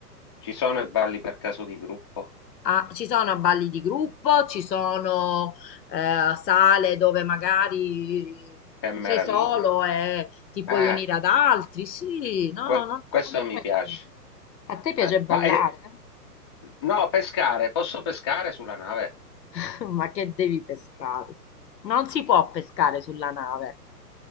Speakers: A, on the left; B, on the left.
A: Ci sono i balli per caso di gruppo.
B: Ah, ci sono balli di gruppo, ci sono eh, sale dove magari
A: Che meraviglia.
B: sei solo e ti puoi
A: Eh,
B: unire ad altri. Sì, no,
A: que-
B: non,
A: questo
B: non ti
A: mi
B: puoi
A: piace.
B: unire. A te piace
A: Eh,
B: ballare?
A: ma eh, no, pescare. Posso pescare sulla nave?
B: <laughs> Ma che devi pescare? Non si può pescare sulla nave.